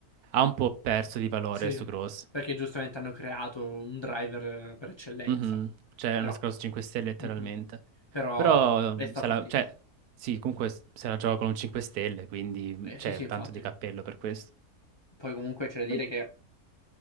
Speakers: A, on the right; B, on the left.
A: ha un po' perso di valore
B: Sì,
A: su Cross.
B: perché giustamente hanno creato un driver eh, per eccellenza,
A: Mhm. Cioè,
B: però,
A: è una scorsa 5 stelle letteralmente.
B: mhm. Però
A: Però,
B: resta
A: mhmm, se
B: fortissimo.
A: la, cioè, sì, comunque s- se la gioca con un 5 stelle, quindi
B: Eh,
A: c'è
B: sì, sì, infatti.
A: tanto di cappello per questo.
B: Poi comunque c'è da dire
A: Poi,
B: che